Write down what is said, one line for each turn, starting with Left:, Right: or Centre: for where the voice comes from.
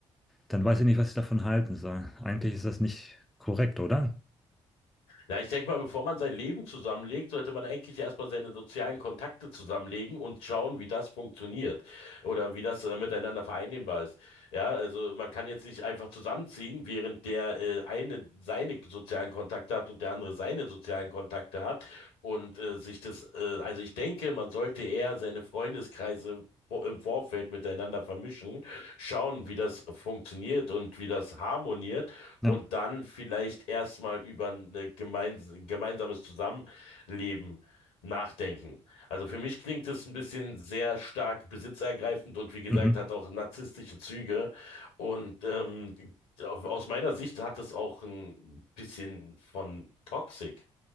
Centre: dann weiß ich nicht, was ich davon halten soll. Eigentlich ist das nicht korrekt, oder?
Left: Na, ich denke mal, bevor man sein Leben zusammenlegt, sollte man eigentlich erstmal seine sozialen Kontakte zusammenlegen und schauen, wie das funktioniert oder wie das äh, miteinander vereinnehmbar ist. Ja, also man kann jetzt nicht einfach zusammenziehen, während der äh, eine seine sozialen Kontakte hat und der andere seine sozialen Kontakte hat und äh, sich das, äh, also ich denke, man sollte eher seine Freundeskreise vo- im Vorfeld miteinander vermischen, schauen, wie das funktioniert und wie das harmoniert
Centre: Ja.
Left: und dann vielleicht erstmal über ein gemeins gemeinsames Zusammenleben nachdenken. Also für mich klingt es ein bisschen sehr stark besitzergreifend und wie gesagt,
Centre: Mhm.
Left: hat auch narzisstische Züge. Und ähm, auf- aus meiner Sicht hat es auch ein bisschen von Toxic.